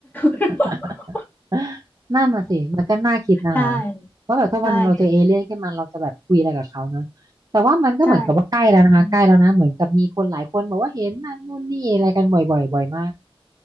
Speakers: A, on the left (about 20°); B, on the right (about 40°).
A: <laughs>
B: <laughs> <laughs> นั่นน่ะสิมันก็น่าคิดนะคะ
A: ใช่ใช่
B: ว่าแบบถ้าวันหนึ่งเราเจอเอเลี่ยนขึ้นมาเราจะแบบคุยอะไรกับเขาเนอะแต่ว่ามันก็เหมือนกับว่าใกล้แล้วนะคะใกล้แล้วนะเหมือนกับมีคนหลายคนบอกว่าเห็นนั่นนู่นนี่อะไรกันบ่อยๆบ่อยมาก
A: ใช่อืม